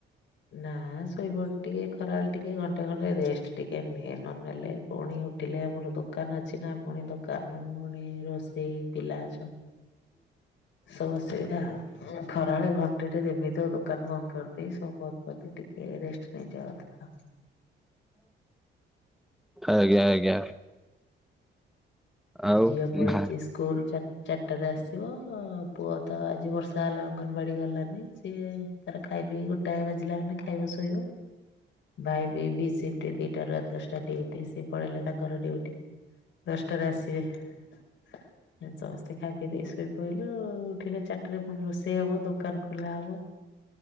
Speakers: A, on the left; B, in the centre.
A: ନା ଶୋଇବେଳେ ଟିକେ ଖରାଲ ଟିକେ ଘଣ୍ଟେ ଘଣ୍ଟେ ରେଷ୍ଟ ଟିକେ ନିଏ। ନ ନେଲେ ପୁଣି ଉଠିଲେ ଆମର ଦୋକାନ ଅଛି ନା ପୁଣି ଦୋ କାନ ଫୁଣି ରୋଷେଇ ପିଲା ଅଛ ସବୁ ଅସୁବିଧା ଆଉ। ହୁଁ ଖରାବେଳେ ଘଣ୍ଟେ ଟା ଯେମିତି ହଉ ଦୋକାନ ବନ୍ଦ କରିଦେଇ ସବୁ ବନ୍ଦ କରିଦେଇ ଟିକେ ରେଷ୍ଟ ନେଇଯାଉ <unintelligible>
B: ଆଜ୍ଞା ଆଜ୍ଞା। ଆଉ
A: ଝିଅ ପଲେଇଛି
B: ଭା
A: ସ୍କୁଲ ଚା ଚାରିଟାରେ ଆସିବ ପୁଅ ତ ଆଜି ବର୍ଷା ହେଲା ଅଙ୍ଗନବାଡି ଗଲାନି ସିଏ ତାର ଖାଇ ଖାଇପିକି ଗୋଟାଏ ବାଜିଲା ମାନେ ଖାଇବ ଶୋଇବ। ଭାଇବି ବିସିଫ୍ଟ ଦିଟା ରୁ ରାତି ଦଶଟା ଡ୍ୟୁଟି ସିଏ ପଳେଇଲେ ତାଙ୍କର ଡ୍ୟୁଟି। ଦଶଟାରେ ଆସିବେ ସମସ୍ତେ। ମୋତେ ଖାଇ ପିଇ ଦେଇ ଶୋଇ ପଡ଼ିଲୁ ଉଠିଲେ ଚାରିଟାରେ ପୁଣି ରୋଷେଇ ହବ ଦୋକାନ ଖୋଲା ହବ।